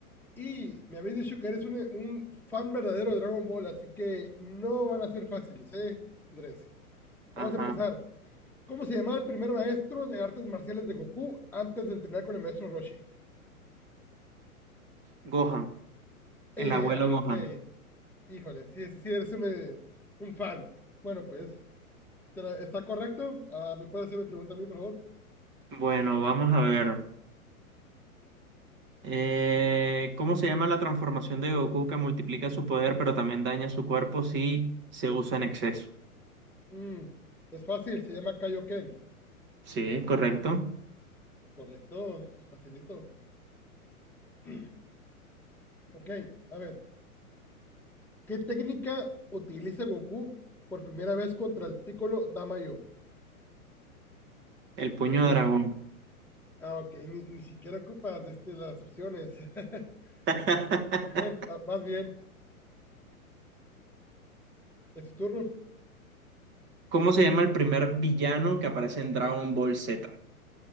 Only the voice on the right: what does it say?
Ajá,
Gohan, el
abuelo
Gohan.
Bueno, vamos a ver. Eh, ¿cómo se llama la transformación de Goku que multiplica su poder pero también daña su cuerpo si se usa en exceso?
Sí, correcto.
El puño
de dragón.
<laughs>
¿Cómo se llama el primer villano que aparece en Dragon Ball Z?